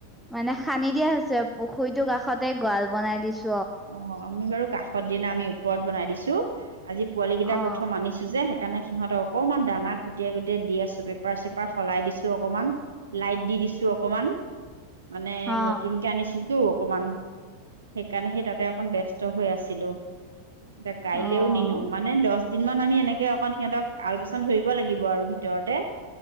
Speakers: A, in the centre; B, on the right.
A: মানে খান্দি দিয়া হৈছে পুখুৰীটোৰ কাষতে গৰাল বনাই দিছ
B: অ' আমি বাৰু কাষত দি নাই আমি ওপৰত বনাই দিছোঁ। আজি পোৱালি কেইটা
A: অ
B: প্ৰথম আনিছো যে সেইকাৰণে সিহঁতে অকণমান দানা কুটিয়াই কুটিয়াই দি আছো পেপাৰ চেপাৰ সলাই দিছো অকমান, লাইট দি দিছো অকমান। মানে
A: অ
B: নতুনকে অনিচুটো। অকমান, সেইকাৰণে সেই তাতে অকন ব্যস্ত হৈ আছিলো। ইটা কাইলেও
A: অ অ
B: নিনো মানে দহ যিমান আমি এনেকে অকণ সিহঁতক আলপচন ধৰিব লাগিব আৰু ভিতৰতে।